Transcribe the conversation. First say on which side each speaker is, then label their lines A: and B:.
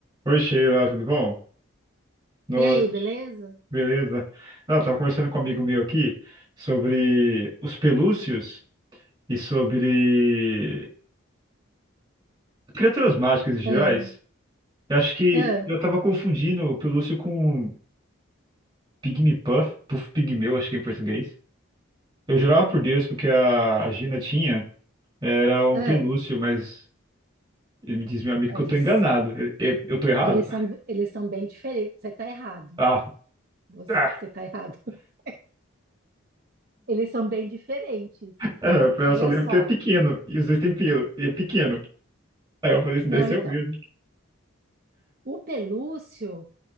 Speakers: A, on the right; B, on the right.
A: Oi, Sheila, tudo bom? Noite,
B: E aí, beleza?
A: beleza? Ela estava conversando com um amigo meu aqui sobre os pelúcios e sobre criaturas mágicas em gerais.
B: Ah,
A: Eu acho que
B: ah,
A: eu estava confundindo o pelúcio com Pygmy Puff, Puff Pigmeu, acho que é em português. Eu jurava por Deus que o que a Gina tinha era um
B: ah.
A: pelúcio, mas ele me diz meu amigo
B: É,
A: que eu
B: Eles,
A: tô enganado. Eu, eu, eu tô errado?
B: eles
A: <laughs>
B: são, eles são bem diferentes. Você tá errado.
A: Ah,
B: Você,
A: ah.
B: você tá errado. <laughs> Eles são bem diferentes.
A: É,
B: Olha
A: eu só lembro
B: só.
A: que é pequeno e os dois têm pelo, e é pequeno. Aí eu falei, isso
B: Não,
A: deve ser
B: então,
A: o mesmo.
B: o pelúcio